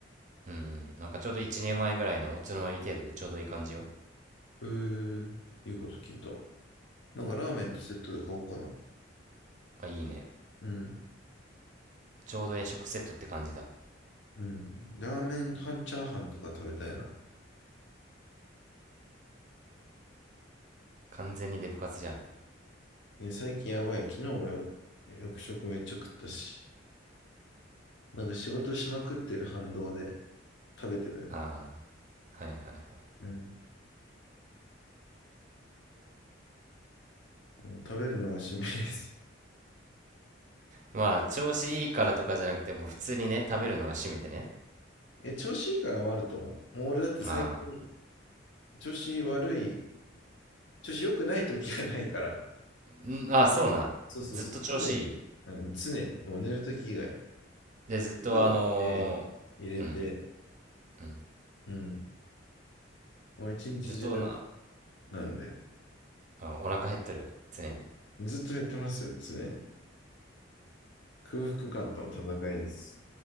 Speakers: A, on the right; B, on the left.
A: うんうんなんかちょうど1年前ぐらいのおつまみ程度でちょうどいい感じよ
B: えー、いいこと聞いた。なんかラーメンとセットで買おうかな。
A: あいいね
B: うん、
A: ちょうど夜食セットって感じだ
B: うん。ラーメン半チャーハンとか食べたいな。
A: 完全にデブ活じゃん。
B: えー最近やばい。昨日もよ、よく食めっちゃ食ったし。なんか仕事しまくってる反動で、食べてるね。
A: ああ、はいはい。
B: うん。もう食べるのが趣味です。
A: まあ、調子いいからとかじゃなくて、もう普通にね、食べるのが趣味でね。
B: <laughs> え、調子いいからもあると思う。もう俺だって最近、
A: あ
B: 調子悪い、調子良くない時がないから、
A: あ、ん、ああ、そうな。
B: そうそうそう、
A: ずっと調子いい。
B: 常に、うん、常に、もう寝る時以外、
A: で、ずっとあのーうん、
B: 肩をって入れて、
A: うん。
B: うん、もう一日中
A: ずっとおな、
B: なんで、
A: あ、お腹減っとる。常に。
B: ずっと減ってますよ、常に。空腹感との戦いです。